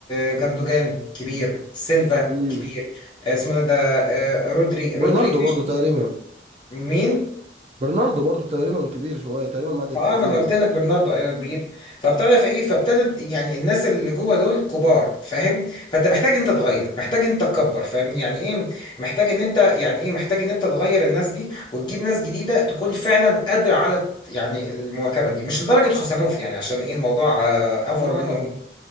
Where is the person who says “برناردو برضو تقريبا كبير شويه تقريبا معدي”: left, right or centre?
Right